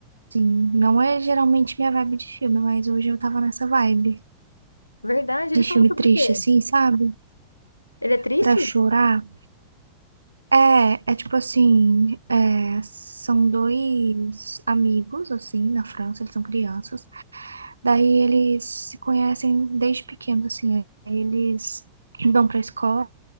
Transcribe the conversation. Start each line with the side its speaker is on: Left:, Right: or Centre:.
Right: sim. Não é geralmente minha vibe de filme, mas hoje eu tava nessa vibe
Left: Verdade, ele
Right: de
Left: fala
Right: filme
Left: sobre
Right: triste,
Left: o quê?
Right: assim, sabe?
Left: Ele é triste?
Right: Pra chorar? É, é tipo assim, é, são dois amigos, assim, na França, eles são crianças. Daí eles se conhecem desde pequeno, assim. Aí eles vão pra escola,